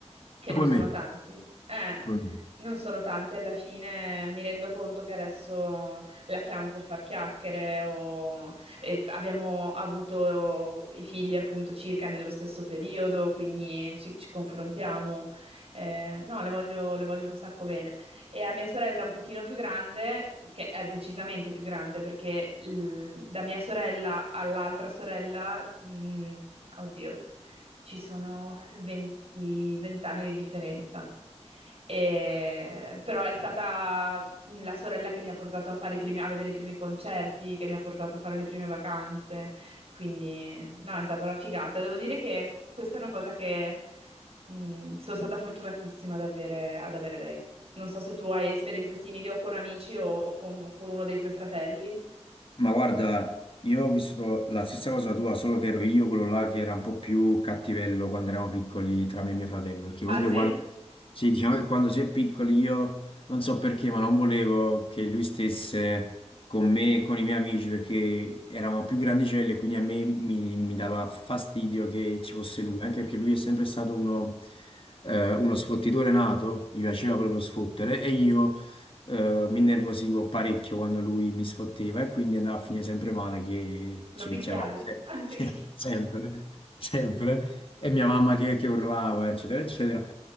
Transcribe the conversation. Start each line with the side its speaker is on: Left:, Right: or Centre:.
Right: che non
Left: Come
Right: sono
Left: me,
Right: tanti. Eh,
Left: come me.
Right: non sono tanti, alla fine mi rendo conto che adesso la chiamo per far chiacchiere o e abbiamo avuto i figli appunto circa nello stesso periodo, quindi ci, ci confrontiamo. Eh, no, le voglio, le voglio un sacco bene. E a mia sorella un pochino più grande, che è decisamente più grande perché eh, da mia sorella all'altra sorella, mh, oddio, ci sono 20 20 anni di differenza. E- però è stata la sorella che mi ha portato a fare i primi- a vedere i primi concerti, che mi ha portato a fare le prime vacanze. Quindi, no, è stata una figata. Devo dire che questa è una cosa che mh, sono stata fortunatissima ad avere, ad avere lei. Non so se tu hai esperienze simili o con amici o, o con, con uno dei tuoi fratelli.
Left: Ma guarda, io ho vissuto la stessa cosa tua, solo che ero io quello là che era un po' più cattivello quando eravamo piccoli tra me e mio fratello, perché
Right: Ah,
Left: comunque
Right: sì?
Left: quando, sì, diciamo che quando si è piccoli io non so perché, ma non volevo che lui stesse con me e con i miei amici perché eravamo più grandicelli e quindi a me mi, mi dava fastidio che ci fosse lui, anche perché lui è sempre stato uno, eh, uno sfottitore nato, gli piaceva proprio sfottere e io eh, mi innervosivo parecchio quando lui mi sfotteva e quindi andava a finire sempre male che
Right: Lo
Left: ci
Right: picchiavi?
Left: picchiavamo sempre,
Right: Ah, sì.
Left: <laughs> sempre, sempre. E mia mamma che, che urlava, eccetera, eccetera.